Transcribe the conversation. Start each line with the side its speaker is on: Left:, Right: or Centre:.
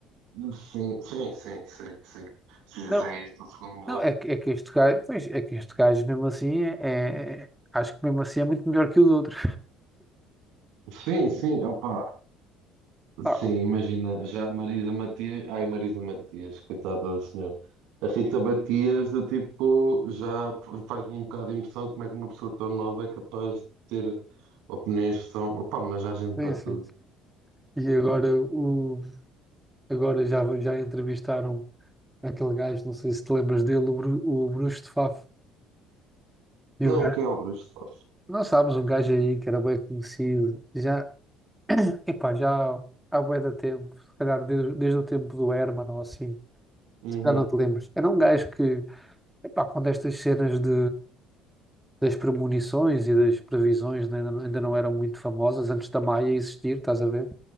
Right: Tipo, sim, sim, sim, sim, sim. Se fizer
Centre: Não,
Right: isto, o segundo melhor.
Centre: não, é que, é que este gajo, pois, é que este gajo mesmo assim é, é- acho que mesmo assim é muito melhor que os outros.
Right: Sim, sim, opa,
Centre: Ah,
Right: sim, imagina, já a Marisa Matias, ai Marisa Matias, coitada da senhora, a Rita Matias, do tipo, já faz um bocado de impressão como é que uma pessoa tão nova é capaz de ter opiniões que são, opa, mas há gente
Centre: sim,
Right: para
Centre: sim.
Right: tudo.
Centre: E agora, o, agora já, já entrevistaram aquele gajo, não sei se te lembras dele, o, Bru, o Bruxo de Faf.
Right: Não,
Centre: E o gajo,
Right: que é obras de fato.
Centre: nós sabes, um gajo aí que era bem conhecido, já, epá, já há bué de tempo, se calhar desde, desde o tempo do Herman ou assim,
Right: Uhum,
Centre: se calhar não te lembras. Era um gajo que Epá, quando estas cenas de, das premonições e das previsões ainda, ainda não eram muito famosas, antes da Maia existir, estás a ver?